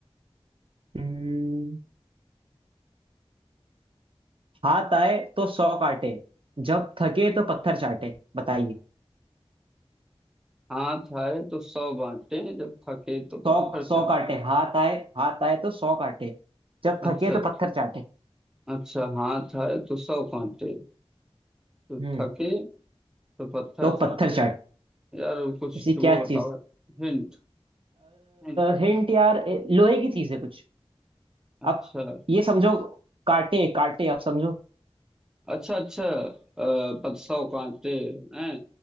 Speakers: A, on the right; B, in the centre.
A: हम्म, हाथ आए तो सौ काटे जब थके तो पत्थर चाटे बताइए
B: हाथ आए तो सौ बांटे जब थके तो पत्थर
A: सौ सौ
B: चाटे
A: काटे हाथ आए हाथ आए तो सौ काटे जब
B: अच्छा
A: थके तो पत्थर चाटे
B: अच्छा हाथ आए तो सौ काटे तो
A: हम्म
B: थके तो पत्थर
A: तो
B: चाटे
A: पत्थर चाट
B: यार कुछ
A: ऐसी
B: तो
A: क्या
B: वो बताओ
A: चीज
B: हिंट हिंट करो
A: हिंट यार ए, लोहे की चीज है कुछ
B: अच्छा
A: आप ये समझो काटे काटे आप समझो
B: अच्छा अच्छा अ, पत सौ कांटे हैं